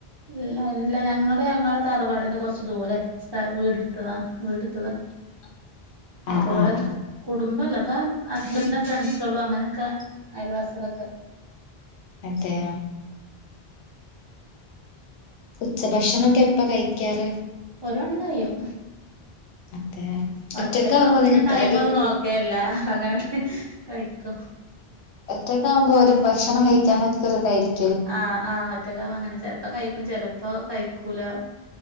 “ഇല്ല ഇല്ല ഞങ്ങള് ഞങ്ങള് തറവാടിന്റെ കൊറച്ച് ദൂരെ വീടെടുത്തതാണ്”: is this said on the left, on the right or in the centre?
Right